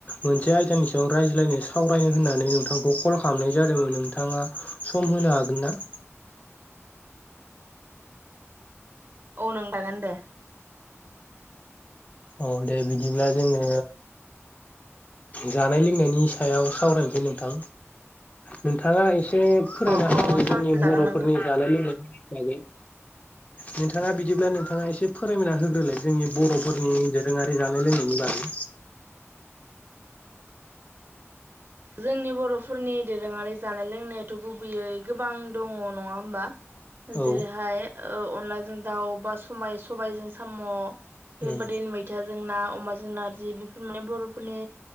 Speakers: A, on the left; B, on the right.
A: मोनसे आयदानि सायाव रायज्लायनो सावरायनो होननानै नोंथांखौ कल खालामनाय जादोंमोन नोंथाङा सम होनो हागोन ना? <inaudible>
B: औ नों लागोन दे।
A: औ दे बिदिब्ला जोङो जानाय लोंनायनि सायाव सावरायनोसै नोंथां। नोंथाङा ए से फोरायना
B: अ
A: हायो
B: अ सावरायजागोन
A: जोंनि बर'फोरनि
B: नोंथां
A: जानाय लोंनाय नि बागै। नोंथाङा बिदिब्ला नोंथाङा एसे फोरायमायना होग्रोलाय जोंनि बर'फोर नि दोरोङारि जानाय लोंनायनि बागै।
B: जोंनि बर'फोरनि दोरोङारि जानाय लोंनाय थ' गुबैयै गोबां दंङ नङा होमबा?
A: औ
B: जेरैहाय ओ अनलाजों दाउ बा समाय सबायजों साम' बेबायादिनो
A: उम
B: मैथाजों ना। अमा जों नारजि बेफोर माने बर'फोरनि